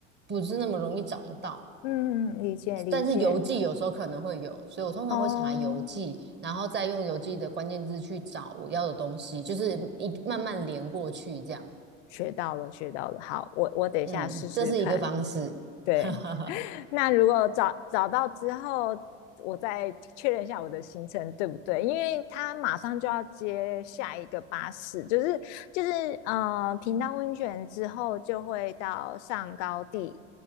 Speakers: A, on the right (about 30°); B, on the left (about 65°).
A: 不是那么容易找得到。
B: 嗯，理解理解，
A: 但是邮寄有时候可能会有，所以我通常会查邮寄，
B: 哦，
A: 然后再用邮寄的关键字去找我要的东西，就是一慢慢连过去这样。
B: 学到了学到了，好，我我等一下试试看，
A: 嗯，这是一个方式。
B: 对，
A: <laughs> 哈哈哈。
B: 那如果找找到之后，我再确认一下我的行程对不对？因为他马上就要接下一个巴士，就是就是呃，平潭温泉之后就会到上高地